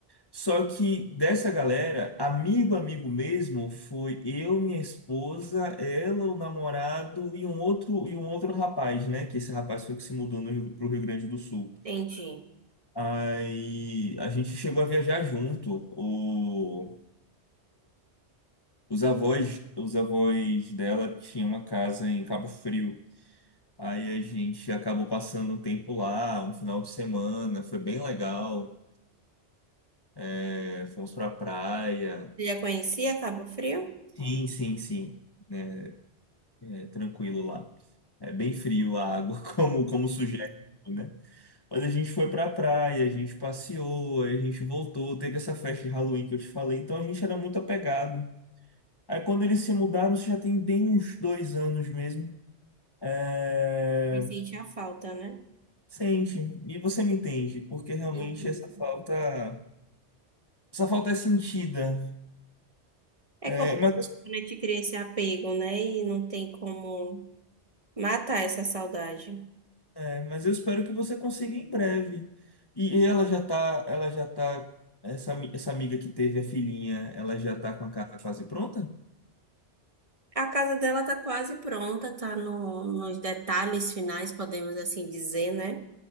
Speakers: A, on the left; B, on the right.
A: Só que dessa galera, amigo, amigo mesmo, foi eu, minha esposa, ela, o namorado e um outro, e um outro rapaz, né? Que esse rapaz foi que se mudou no Rio, pro Rio Grande do Sul.
B: Entendi.
A: Aí a gente chegou a viajar junto. O, Os avós, os avós dela tinham uma casa em Cabo Frio. Aí a gente acabou passando um tempo lá, um final de semana, foi bem legal. É, fomos pra praia.
B: Você já conhecia Cabo Frio?
A: Sim, sim, sim. É, é tranquilo lá. É bem frio a água, <laughs> como, como sugere, né? Mas a gente foi pra praia, a gente passeou, aí a gente voltou, teve essa festa de Halloween que eu te falei, então a gente era muito apegado. Aí quando eles se mudaram, isso já tem bem uns dois anos mesmo. É,
B: Me sentia falta, né?
A: Sente, e você me entende, porque realmente
B: Entendi.
A: essa falta, essa falta é sentida.
B: É
A: É,
B: Quando
A: mas, eu-
B: a gente cria esse apego, né? E não tem como matar essa saudade.
A: é, mas eu espero que você consiga em breve. E, e ela já tá, ela já tá, essa, ami- essa amiga que teve a filhinha, ela já tá com a casa quase pronta?
B: A casa dela tá quase pronta, tá no- nos detalhes finais, podemos assim dizer, né?